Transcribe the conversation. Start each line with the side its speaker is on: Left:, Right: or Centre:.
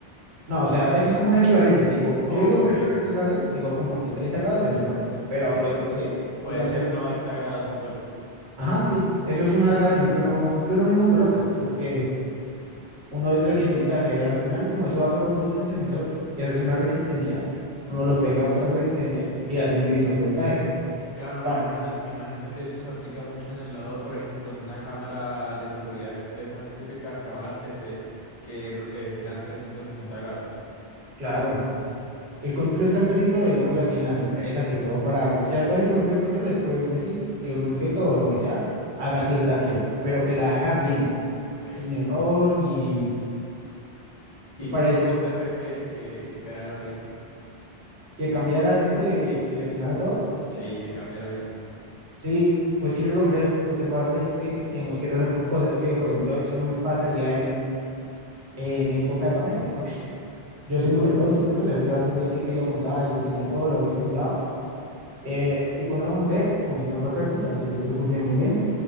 Right: No, o sea, eso es como una equivalencia. Te Digo, yo
Left: Ok,
Right: digo, por ejemplo, en este caso, digo como que 30 grados es un voltio, pero
Left: ok.
Right: pues no sé,
Left: Puede
Right: digamos,
Left: ser 90 grados un voltio.
Right: ajá, sí,
Left: Ok,
Right: eso es una relación que uno, que uno mismo coloca, porque uno es el que tiene que hacer al final, como eso va a pegar un potenciómetro y hace
Left: sí.
Right: una resistencia, uno lo pega a otra resistencia y hace un divisor de voltaje.
Left: Claro, me
Right: Pa-
Left: imagino, me imagino que eso se aplica mucho en el lado, por ejemplo, una cámara de seguridad, esas típicas cámaras que se que eh, giran 360 grados.
Right: Claro, El control
Left: O-
Right: está en casi todo, digámoslo así, en las empresas y todo para, o sea, básicamente el control es poder decir que un objeto o lo que sea haga cierta acción, pero
Left: Ok,
Right: que la haga bien,
Left: ok.
Right: sin error ni...
Left: Y
Right: Y para
Left: tú lo
Right: eso,
Left: pudiste hacer que, que, que quedara bien.
Right: que cambiara eso de seleccionar todo,
Left: Sí, que cambiara bien.
Right: sí, pues sí lo logré. Lo que pasa es que, digamos que esas son cosas que, por ejemplo, eso no me pasaría en, en época de pandemia, porque <laughs> yo simulé todo el circuito, o sea, yo ya sabía que quería montar, yo tenía todo, lo había simulado, eh, y cuando lo monté, funcionó perfecto, o sea, el circuito funcionó muy bien